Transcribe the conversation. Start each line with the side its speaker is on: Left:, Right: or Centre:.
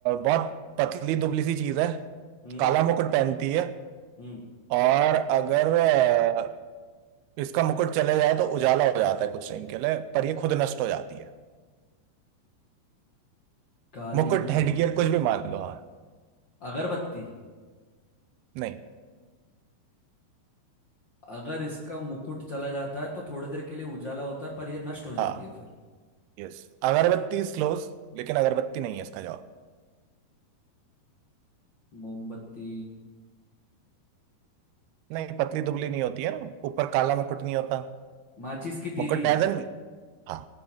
Right: बहुत पतली दुबली सी चीज है
Left: हम्म
Right: काला मुकुट पहनती है
Left: हम्म
Right: और अगर आ, इसका मुकुट चले जाए तो उजाला हो जाता है कुछ टाइम के लिए पर ये खुद नष्ट हो जाती है
Left: काली
Right: मुकुट
Left: दुबली
Right: हेडगियर कुछ भी मान लो हाँ
Left: अगरबत्ती
Right: नहीं
Left: अगर इसका मुकुट चला जाता है तो थोड़ी देर के लिए उजाला होता है पर ये नष्ट हो जाती
Right: हाँ
Left: है फिर
Right: यस अगरबत्ती स्लोस लेकिन अगरबत्ती नहीं है इसका जवाब
Left: मोमबत्ती
Right: नहीं पतली दुबली नहीं होती है ना ऊपर काला मुकुट नहीं होता
Left: माचिस की तीली
Right: मुकुट डायजन हाँ